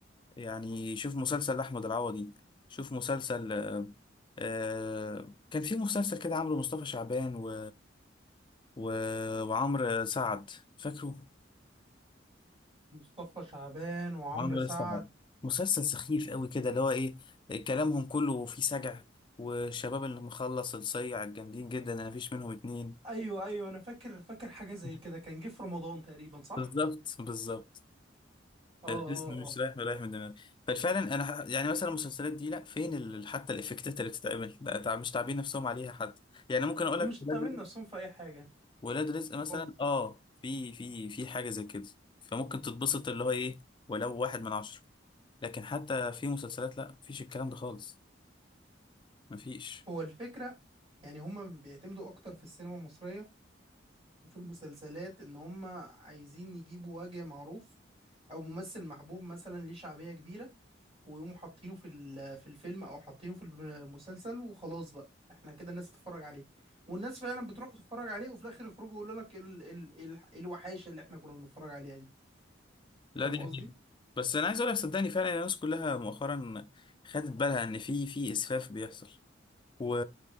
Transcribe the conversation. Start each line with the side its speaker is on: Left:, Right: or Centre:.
Left: يعني شوف مسلسل أحمد العوضي شوف مسلسل آه، آه، كان في مسلسل كده عامله مصطفى شعبان و... و... وعمرو سعد فاكره
Right: مصطفى شعبان وعمرو
Left: عمرو
Right: سعد
Left: سعد مسلسل سخيف قوي كده اللي هو ايه كلامهم كله فيه سجع والشباب اللي مخلص الصيع الجامدين جدا انا مفيش منهم اتنين
Right: ايوه ايوه انا فاكر فاكر حاجه زي
Left: <laughs>
Right: كده كان جه في رمضان تقريبا صح
Left: بالظبط بالظبط
Right: اه
Left: الاسم
Right: اه
Left: مش
Right: اه
Left: رايح ولا رايح من دماغي ففعلا انا ح- يعني مثلا المسلسلات دي لا فين ال... حتى الافكتات اللي بتتعمل لا، تع- مش تعبين نفسهم عليها حد يعني ممكن اقول
Right: ده
Left: لك
Right: مش
Left: ولاد
Right: تعمل
Left: رزق
Right: نفسهم في اي حاجه
Left: ولاد رزق مثلا
Right: خالص
Left: اه في في في حاجه زي كده فممكن تتبسط اللي هو ايه ولو واحد من عشره لكن حتى في مسلسلات لا مفيش الكلام ده خالص مفيش
Right: هو الفكرة يعني هما بيعتمدوا أكتر في السينما المصرية وفي المسلسلات إن هما عايزين يجيبوا وجه معروف أو ممثل محبوب مثلا ليه شعبية كبيرة ويقوموا حاطينه في ال- في الفيلم او حاطينه في المسلسل وخلاص بقى احنا كده الناس تتفرج عليه والناس فعلا بتروح تتفرج عليه وفي الاخر يخرجوا يقولوا لك ال ال ال إيه الوحاشه اللي احنا كنا بنتفرج عليها دي
Left: لا
Right: فاهم
Left: دي حقيقة.
Right: قصدي
Left: بس انا عايز اقول لك صدقني فعلا الناس كلها مؤخرا خدت بالها ان في في اسفاف بيحصل و...